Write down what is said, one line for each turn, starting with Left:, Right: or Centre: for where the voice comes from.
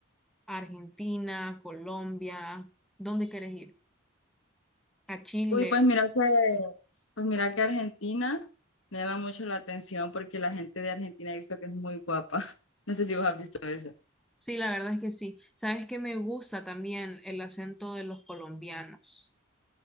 Centre: a Argentina, Colombia, ¿dónde quieres ir? A Chile.
Left: Uy, pues mira que, pues mira que Argentina me llama mucho la atención porque la gente de Argentina he visto que es muy guapa. <laughs> No sé si vos has visto eso.
Centre: Sí, la verdad es que sí. Sabes que me gusta también el acento de los colombianos.